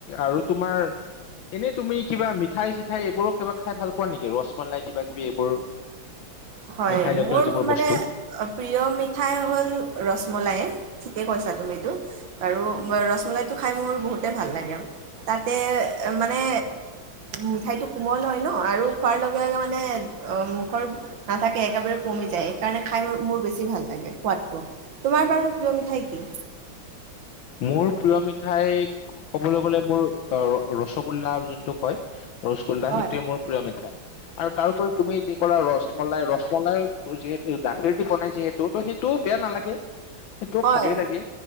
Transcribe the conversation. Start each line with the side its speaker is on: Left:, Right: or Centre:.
Left: আৰু তোমাৰ এনেই তুমি কিবা মিঠাই চিঠাই এইবোৰো কিবা খাই ভাল পোৱা নেকি? ৰসমলাই কিবা কিবি এইবোৰ?
Right: হয়,
Left: মিঠাই জাতীয়
Right: মোৰ
Left: যিবোৰ
Right: মানে
Left: বস্তু?
Right: প্ৰিয় মিঠাই হ'ল ৰসমলাই। ঠিকে কৈছা তুমি এইটো, আৰু ৰসমলাইটো খাই মোৰ বহুতে ভাল লাগে। তাতে মানে মিঠাইটো কোমল হয় ন আৰু খোৱাৰ লগে লগে মানে মুখৰ নাথাকে একেবাৰে পমি যায়, সেইকাৰণে খাই মোৰ বেছি ভাল লাগে সোৱাদটো। তোমাৰ বাৰু প্ৰিয় মিঠাই কি?
Left: মোৰ প্ৰিয় মিঠাই ক'বলৈ গ'লে, মোৰ, ৰসগোল্লা যোনটোক কয়। ৰসগোল্লা,
Right: হয়
Left: সেইটোৱে মোৰ প্ৰিয় মিঠাই। আৰু তাৰোপৰি তুমি যি ক'লা ৰসমলাই, ৰসমলাইও, যিহেতু গাখীৰ দি বনাই, যিহেতু, তো সেইটো বেয়া নালাগে। সেইটোও
Right: হয়
Left: ভালেই লাগে।